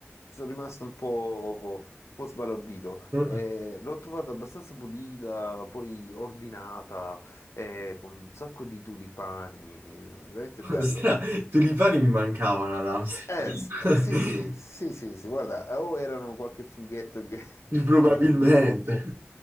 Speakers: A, on the left; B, on the right.
A: sono rimasto un po', un po' sbalordito.
B: Eh,
A: Eh, l'ho trovata abbastanza pulita, poi ordinata, eh, con un sacco di tulipani, eh, veramente
B: <laughs>
A: bello.
B: Stra- Tulipani mi mancavano ad Amsterdam.
A: Eh, s- sì, sì, sì, sì, sì, guarda, o erano qualche funghetto che-
B: <laughs> Probabilmente.
A: <laughs> di troppo,